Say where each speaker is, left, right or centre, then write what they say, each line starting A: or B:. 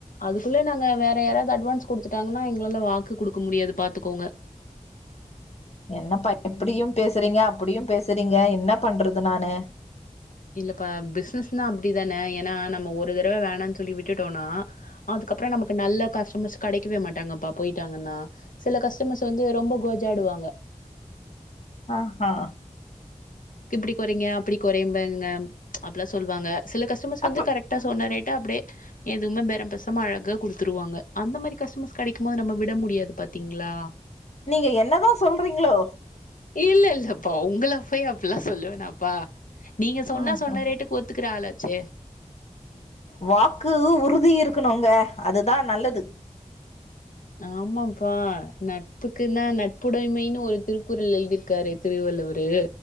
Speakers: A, on the left; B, on the left.
A: அதுக்குள்ள நாங்க வேற யாராவது அட்வான்ஸ் குடுத்துட்டாங்கன்னா எங்களால வாக்குக் குடுக்க முடியாது பாத்துக்கோங்க
B: என்னப்பா எப்படியு பேசுறீங்க அப்படியு பேசுறீங்க என்ன பண்றது நானு
A: இல்லப்பா பிசினஸ்னா அப்படித்தானே ஏன்னா நம்ம ஒரு தடவை வேணாம்னு சொல்லி விட்டுட்டோனா அது அதுப்புறோ நமக்கு நல்ல கஸ்டமர்ஸ் கெடைக்கவே மாட்டாங்கப்பா போயிட்டாங்கன்னா சில கஸ்டமர்ஸ் வந்து ரொம்ப கோஜாடு வாங்க
B: ஆஹா
A: இப்படி குறைங்க அப்படி கொறைபங்க அப்பல்லா சொல்லுவாங்க சில கஸ்டமர்ஸ் வந்து
B: அப்ப
A: கரெக்டா சொன்ன ரேட் விட்டா அப்டியே எதுவுமே பெரம் பேசாம அழகா குடுத்துருவாங்க அந்த மாரி கஸ்டமர்ஸ் கெடைக்கும் போது நம்ம விட முடியாது பாத்தீங்களா
B: நீங்க என்னதா சொல்றீங்களோ
A: இல்ல இல்லப்பா உங்கள போய் அப்புல்லா சொல்லுவனாப்பா நீங்க சொன்னா
B: ஆஹா
A: சொன்ன ரேட்டுக்கு ஒத்துக்குற ஆளாச்சே
B: வாக்கு உறுதி இருக்கணுங்க அதுதா நல்லது
A: ஆமாப்பா நட்புக்குன்னா நட்புடைமைன்னு ஒரு திருக்குறள் எழுதியிருக்காரு திருவள்ளுவ ஒரு